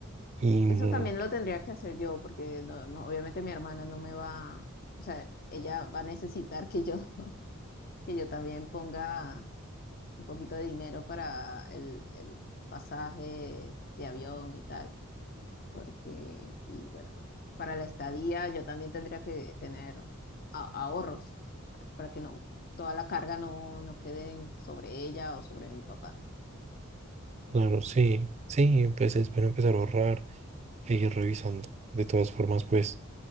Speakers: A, on the right; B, on the left.
A: Y mm,
B: Eso también lo tendría que hacer yo porque no- no, obviamente mi hermana no me va, o sea, ella va a necesitar que yo que yo también ponga un poquito de dinero para el, el pasaje de avión y tal, porque, y bueno, para la estadía yo también tendría que tener a- ahorros ¿sabes? para que no, toda la carga no, no quede en- sobre ella o sobre mi papá.
A: claro, sí, sí, pues es bueno empezar a ahorrar e ir revisando. De todas formas, pues,